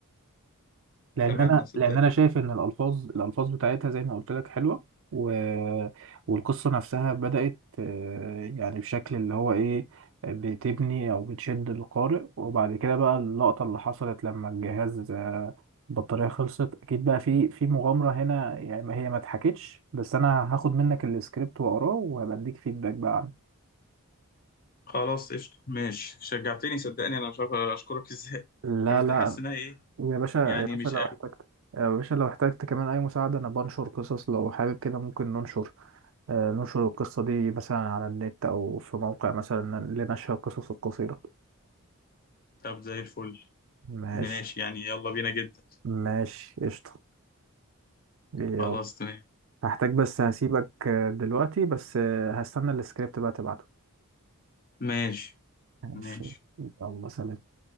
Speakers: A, on the right (about 60°); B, on the left (about 40°).
A: لان
B: أتمنى
A: انا
B: صدقني
A: لان انا شايف ان الالفاظ الالفاظ بتاعتها زي ما قلت لك حلوه و... والقصه نفسها بدات آه، يعني بشكل اللي هو ايه بتبني او بتشد القارئ وبعد كده بقى اللقطه اللي حصلت لما الجهاز آه، البطاريه خلصت اكيد بقى في في مغامره هنا يعني ما هي ما اتحكتش بس انا هاخد منك السكريبت واقراه وهبديك فيدباك بقى عنه
B: خلاص قشطة ماشي شجعتني صدقني أنا مش عارف أشكرك <laughs> إزاي
A: لا
B: أنا كنت
A: لا
B: حاسس إنها إيه
A: يا باشا يا
B: يعني
A: باشا
B: مش
A: لو احتجت يا باشا لو احتجت كمان اي مساعده انا بنشر قصص لو حابب كده ممكن ننشر آه، نشر القصة دي مثلا على النت أو في موقع مثلا لنشر القصص القصيرة
B: طب زي الفل
A: ماشي
B: ماشي يعني يلا بينا جدا
A: ماشي قشطة يلا
B: خلاص تمام
A: هحتاج بس هسيبك آه، دلوقتي بس آه، هستنى السكريبت بقى تبعته
B: ماشي
A: ماشي
B: ماشي
A: يلا سلام